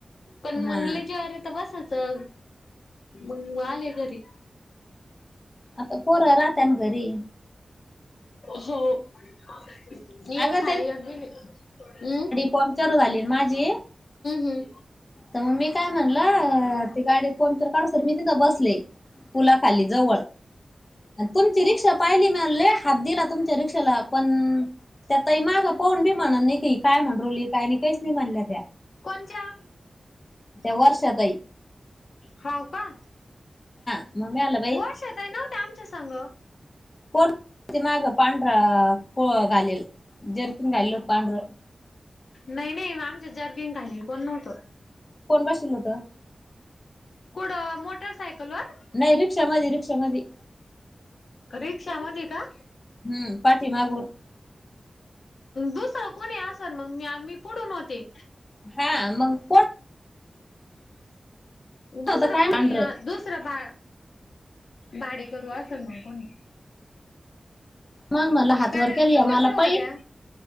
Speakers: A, on the left; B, on the left.
A: पण मंग
B: हा
A: लई जिवार येत बसाच अ मंग आले घरी
B: आता पोर राहत्यान घरी
A: हो एक
B: अगं
A: हाय एक गेली उम्म
B: पंमचर झाली ना माझी
A: हम्म
B: तर मग मी काय म्हण णलं अ ते गाडी पंचर काढूस्तोवर मी तिथं बसले पुलाखाली जवळ तुमची रिक्षा पाहिली ना लय हात दिला तुमच्या रिक्षाला पण त्या ताई माग पाहून बी म्हणा न की ही काय म्हणरवली कायच नाही काहीच नाही म्हणल्या त्या
A: कोणच्या?
B: त्या वर्षा ताई
A: हाव का?
B: मंग मी आल
A: वर्षाताई नव्हत्या आमच्या संग.
B: कोण ते माग पांढरा को घालेल जर्किन घालेल हो पांढर
A: नाही नाही म आमच्यात जर्किन घालेल कोण नव्हतं.
B: कोण बसेल होतं?
A: कुठ मोटर सायकलवर?
B: नाही रिक्षा मधी रिक्षा मधी
A: रिक्षा मधी का?
B: हम्म पाठी मागून
A: दुसर कोणी असन मग मी आ मी पुढून होते
B: हा मग प
A: दुसरं
B: होतं काय
A: कोणी
B: पांढरं
A: दुसरं बा भाडे करू असेल मग कोणी
B: मग म्हणलं हात
A: कारण
B: वर केली
A: तुम्ही
B: मला
A: कुठ होत्या?
B: पाहिन